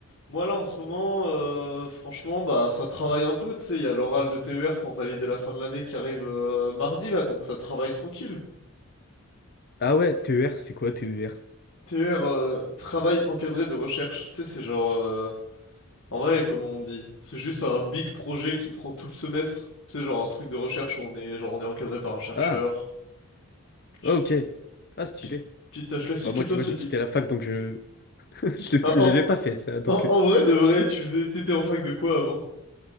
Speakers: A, on the left; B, on the left.
A: moi là en ce moment, euh, franchement, bah ça travaille un peu, tu sais, il y a l'oral de TER pour valider la fin de l'année qui arrive euh, mardi là, donc ça travaille tranquille.
B: Ah ouais, TER, c'est quoi TER?
A: TER, euh, travail encadré de recherche, tu sais, c'est genre... euh, En vrai, comment on dit? C'est juste un big projet qui prend tout le semestre. Tu sais, genre un truc de recherche où on est, genre on est encadré par un chercheur.
B: Ah,
A: Petite,
B: ah, ok. Ah, stylé.
A: petite, petite tâche classique
B: Bah moi,
A: et toi,
B: tu vois,
A: ça
B: j'ai
A: dit.
B: quitté la fac, donc je <laughs> je l'ai plus...
A: Ah, En,
B: je l'ai pas fait, ça. Donc,
A: en,
B: euh,
A: en vrai, de vrai, tu faisais, t'étais en fac de quoi avant?